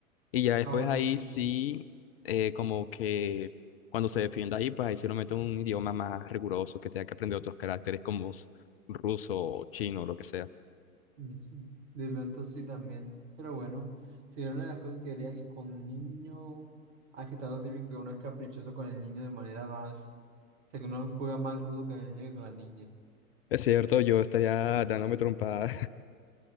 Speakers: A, on the left (about 40°); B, on the right (about 50°).
A: Y ya después
B: Ah, bueno,
A: ahí
B: eso sí.
A: sí, eh, como que cuando se defienda ahí, pues ahí sí lo meto en un idioma más riguroso, que tenga que aprender otros caracteres como ruso o chino o lo que sea.
B: sí, De pronto sí también. Pero bueno, sería una de las cosas que yo haría. Y con niño. Ah, que está lo típico que uno es caprichoso con el niño de manera más. O sea, que uno juega más rudo con el niño que con la niña.
A: Es cierto, yo estaría dándome trompadas.